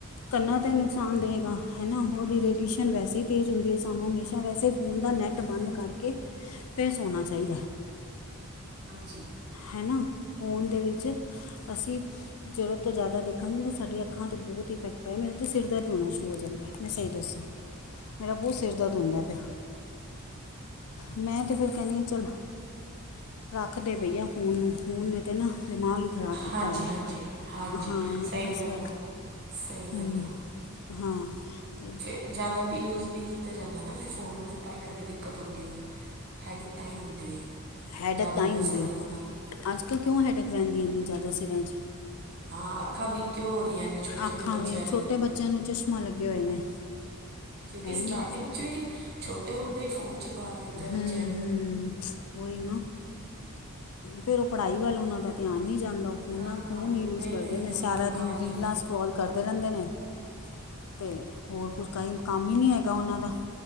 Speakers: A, on the left; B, on the right.
A: ਕੰਨਾਂ 'ਤੇ ਨੁਕਸਾਨ ਦੇਵੇਗਾ ਹੈ, ਨਾ ਉਹਦੀ ਰੇਡੀਏਸ਼ਨ ਵੈਸੇ ਹੀ ਤੇਜ਼ ਹੁੰਦੀ ਹੈ ਸਾਨੂੰ ਹਮੇਸ਼ਾ। ਜਾਂ ਵੈਸੇ ਫੋਨ ਦਾ ਨੈੱਟ ਬੰਦ ਕਰਕੇ ਫਿਰ ਸੋਣਾ ਚਾਹੀਦਾ।
B: ਹਾਂਜੀ।
A: ਹੈਨਾ ਫੋਨ ਦੇ ਵਿੱਚ ਅਸੀਂ। ਜ਼ਰੂਰਤ ਤੋਂ ਜ਼ਿਆਦਾ ਦੇਖਾਂਗੀ ਨਾ ਸਾਡੀ ਅੱਖਾਂ 'ਤੇ ਬਹੁਤ ਇਫੈਕਟ ਪਾਇਆ, ਮੇਰੇ ਤਾਂ ਸਿਰ ਦਰਦ ਹੋਣਾ ਸ਼ੁਰੂ ਹੋ ਜਾਂਦਾ ਮੈਂ ਸਹੀ ਦੱਸਾਂ। ਮੇਰਾ ਬਹੁਤ ਸਿਰ ਦਰਦ ਹੁੰਦਾ ਫਿਰ। ਮੈਂ ਤੇ ਫੇਰ ਕਹਿੰਦੀ ਹਾਂ ਚੱਲ ਰੱਖ ਦੇ ਬਈ ਆ। ਹੁਣ, ਫੋਨ ਨੇ ਤਾਂ ਨਾ ਦਿਮਾਗ ਹੀ ਖ਼ਰਾਬ ਕੀਤਾ
B: ਹਾਂਜੀ
A: ਹੋਇਆ
B: ਹਾਂਜੀ ਹਾਂਜੀ
A: ਹਾਂ
B: ਸਹੀ
A: ਇਸ ਗੱਲ।
B: ਆ ਸਹੀ
A: ਹ
B: ਗੱਲ ਆ
A: ਹਾਂ ਅਤੇ। <unintelligible>
B: ਜ਼ਿਆਦਾ ਵੀ ਯੂਜ਼ ਨਹੀਂ ਕੀਤਾ ਜਾਂਦਾ ਨਾ ਫਿਰ ਫੋਨ ਨੂੰ ਫਿਰ ਤਾਂ ਹੀ ਕਰਕੇ ਦੇਖ। ਦਿੱਕਤ ਹੁੰਦੀ ਹੈ, ਹੈਡਏਕ ਤਾਂ ਹੀ ਹੁੰਦੀ ਹੈ
A: ਹੈਡਕ
B: ਜ਼ਿਆਦਾ
A: ਤਾਂ
B: ਯੂਜ਼
A: ਹੀ ਹੁੰਦੀ
B: ਕਰਨ
A: ਹੈ
B: ਨਾਲ।
A: ਅੱਜ ਕੱਲ ਕਿਉਂ ਹੈੇਡਕ ਰਹਿੰਦੀ ਇੰਨੀ ਜ਼ਿਆਦਾ ਸਿਰਾ 'ਚ?
B: ਹਾਂ, ਅੱਖਾਂ ਵੀਕ ਕਿਉਂ ਹੋ ਰਹੀਆਂ ਨੇ? ਛੋਟੇ ਛੋਟੇ
A: ਆਖਾਂ
B: ਬੱਚਿਆਂ
A: ਵੀ
B: ਦੀ
A: ਛੋਟੇ ਬੱਚਿਆਂ ਨੂੰ ਚਸ਼ਮਾ ਲੱਗੇ ਹੋਏ ਨੇ।
B: ਕਿਉਂਕਿ
A: ਹੈ
B: ਸਟਾਰਟਿੰਗ
A: ਹੀ ਹੈ।
B: ਚ ਵੀ ਛੋਟੇ ਹੁੰਦੇ ਫੋਨ ਵਿੱਚ‌ ਚ ਪਾ ਦਿੱਤਾ
A: ਹਮ
B: ਬੱਚਿਆਂ ਨੂੰ
A: ਹਮ <inaudible> ਉਹੀ ਨਾ ਫਿਰ ਉਹ ਪੜ੍ਹਾਈ ਵੱਲ ਉਹਨਾਂ ਦਾ ਧਿਆਨ ਨਹੀਂ ਜਾਂਦਾ, ਉਹ- ਫੋਨਾਂ
B: ਨਾ
A: ਫੋਨ
B: ਬਿਲ
A: ਹੀ ਯੂਜ
B: ਨਹੀਂ
A: ਕਰਦੇ
B: ਨਹੀਂ
A: ਨੇ
B: ਨਹੀਂ
A: ਸਾਰਾ
B: ਹਾਂਜੀ
A: ਦਿਨ ਰੀਲਾਂ ਸਕਰੋਲ ਕਰਦੇ ਰਹਿੰਦੇ ਨੇ, ਤੇ ਹੋਰ ਕੁਛ ਕਈ ਕੰਮ ਹੀ ਨਹੀਂ ਹੈਗਾ ਉਹਨਾਂ ਦਾ।